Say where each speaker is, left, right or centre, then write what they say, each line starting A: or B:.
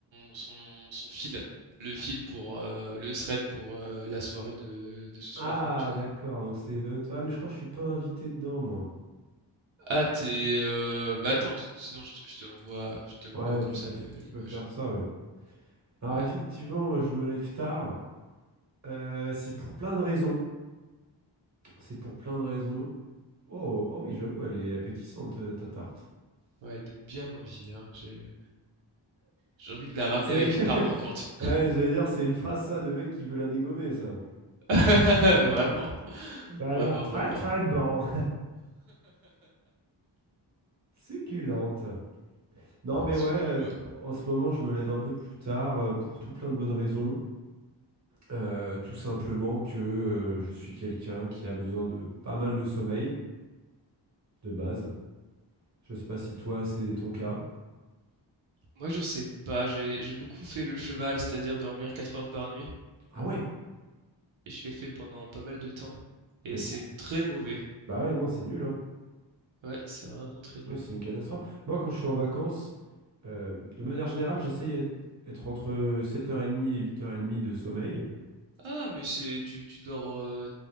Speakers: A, on the right (about 80°); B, on the right (about 35°).
A: son, son fil. Le fil pour euh, le thread pour euh, la soirée de, de ce soir,
B: Ah,
A: du coup.
B: d'accord, donc c'est Event. Ouais, mais je crois que je suis pas invité dedans, moi.
A: Ah, t'es. euh, bah attends, sinon je te, je te l'envoie, je te l'envoie
B: Ouais,
A: comme
B: tu
A: ça
B: peux,
A: le-
B: f- tu
A: l'image.
B: peux faire ça, ouais. Alors,
A: Ouais,
B: effectivement, moi, je me lève tard. Euh, c'est pour plein de raisons. C'est pour plein de raisons. Oh, oh oui, j'avoue, elle est appétissante, euh, ta tarte.
A: ouais, elle donne bien envie, hein. J'ai, j'ai envie de la ramener
B: C'est...
A: avec
B: <laughs>
A: une part manquante.
B: Ouais, j'allais dire, c'est une phrase, ça, de mec qui veut la dégommer, ça.
A: <laughs> Vraiment,
B: Ça a
A: vraiment,
B: l'air très
A: vraiment.
B: très bon. <laughs> Succulente. Non, mais
A: Succulent.
B: ouais, euh, en ce moment, je me lève un peu plus tard euh, pour tout plein de bonnes raisons. Euh, tout simplement que euh, je suis quelqu'un qui a besoin de pas mal de sommeil, de base. Je sais pas si toi, c'est ton cas.
A: Moi, je sais pas, j'ai j'ai beaucoup fait le cheval, c'est-à-dire dormir 4 heures par nuit,
B: Ah ouais?
A: et je l'ai fait pendant pas mal de temps, et
B: Mais
A: c'est
B: pour...
A: très mauvais.
B: Bah ouais, non, c'est nul, hein.
A: Ouais, c'est vraiment très nul.
B: Non, c'est une catastrophe. Moi, quand je suis en vacances, euh, de manière générale, j'essaye d'être être entre 7h30 et 8h30 de sommeil.
A: Ah, mais c'est tu, tu dors euh,